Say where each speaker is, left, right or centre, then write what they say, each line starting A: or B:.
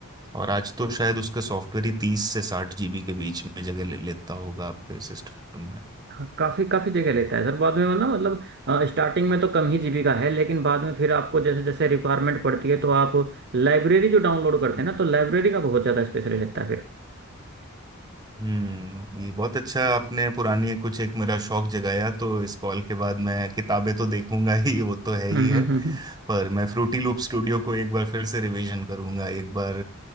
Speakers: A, on the right; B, on the right.
A: और आज तो शायद उसका सॉफ्टवेयर ही तीस से साठ जीबी के बीच में जगह ले लेता होगा आपके सिस्टम में
B: हाँ, काफी काफी जगह लेता है सर बाद में ना मतलब स्टार्टिंग में तो कम ही जीबी का है लेकिन बाद में फिर आपको जैसे जैसे रिक्वायरमेंट पड़ती है तो आप लाइब्रेरी जो डाउनलोड करते
A: हम्म।
B: हैं ना तो लाइब्रेरी का बहुत ज्यादा स्पेस ले लेता है फिर
A: हम्म ये बहुत अच्छा आपने पुरानी कुछ एक मेरा शौक जगाया तो इस कॉल के बाद मैं किताबें तो देखूंगा ही वो तो है ही
B: हम्म
A: है
B: हम्म हम्म
A: पर मैं फ्रूटी लूप स्टूडियो को एक बार फिर से रिवीजन करूंगा एक बार